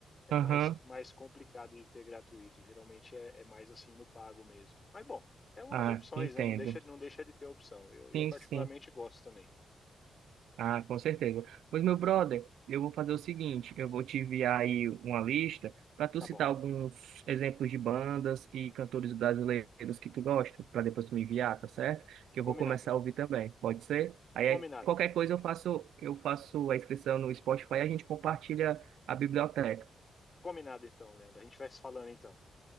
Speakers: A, on the left (about 35°); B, on the right (about 90°).
A: é
B: Aham,
A: mais, mais complicado de ter gratuito. Geralmente é, é mais assim no pago mesmo. Mas bom, é umas
B: Ah,
A: opções,
B: entendo.
A: né? Não deixa, não deixa de ter opção. Eu, eu
B: Sim,
A: particularmente
B: sim.
A: gosto também.
B: Ah, com certeza. Pois, meu brother, eu vou fazer o seguinte, eu vou te enviar aí uma lista para tu
A: Tá
B: citar
A: bom.
B: alguns exemplos de bandas e cantores brasileiros que tu gosta, para depois tu me enviar, tá certo? Que eu vou
A: Combinado.
B: começar a ouvir também, pode ser? Aí é-
A: Combinado.
B: qualquer coisa eu faço, eu faço a inscrição no Spotify e a gente compartilha a biblioteca.
A: Combinado então, Leandro. A gente vai se falando então.